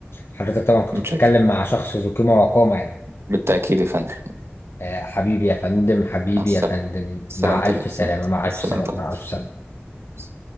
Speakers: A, on the left; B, on the right.
A: حضرتك طبعا كنت
B: متشكر
A: بتتكلم مع شخص ذو قيمة وقامة يعني
B: بالتأكيد يا فندم
A: آه، حبيبي يا فندم حبيبي
B: مع السلامة.
A: يا فندم
B: سلامة
A: مع ألف
B: الله
A: سلامة مع ألف
B: سلامة
A: سلامة
B: الله
A: مع ألف سلامة
B: بس